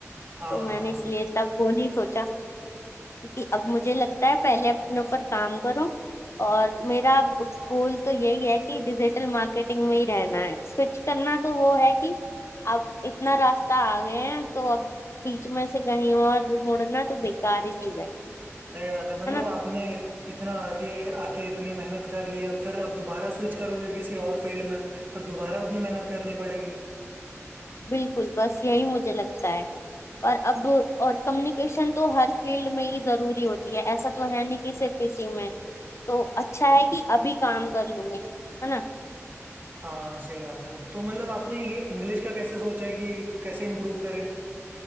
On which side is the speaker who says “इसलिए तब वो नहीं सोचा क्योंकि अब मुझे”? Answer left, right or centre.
Left